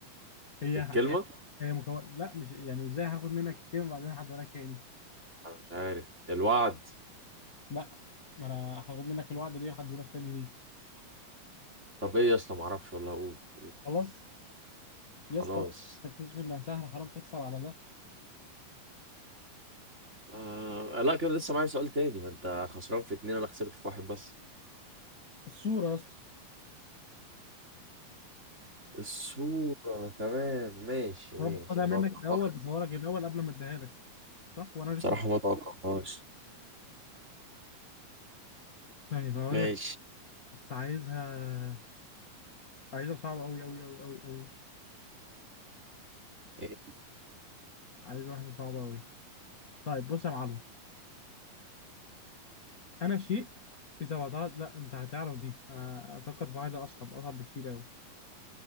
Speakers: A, on the left; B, on the right.
A: هي
B: الكلمه
A: هي هي مكو... لا مش يعني ازاي هاخد منك الكلمه وبعدين هديها لك تاني
B: انا مش عارف الوعد
A: لا ما انا هاخد منك الوعد ليه وهديه لك تاني ليه
B: طب ايه يا اسطى ما اعرفش والله اقول قول
A: خلاص
B: خلاص
A: يا اسطى تكتشف انها سهله حرام تخسر على ده
B: آه لا كده لسه معايا سؤال تاني ما انت خسران في اتنين انا خسرت في واحد بس
A: الصوره يا اسطى
B: الصوره تمام ماشي ماشي
A: انا باخدها
B: متوقعتهاش
A: منك الاول بصورها لك الاول قبل ما اديها لك صح وانا لسه
B: بصراحه
A: مش-
B: ما توقعتهاش
A: طيب هقول
B: ماشي
A: لك بس عايزها عايزها صعبه قوي قوي قوي قوي قوي
B: إيه،
A: عايز واحدة صعبة أوي طيب بص يا معلم أنا شيء إذا وضعت لا أنت هتعرف دي أنا أفكر بواحدة أصعب أصعب بكتير أوي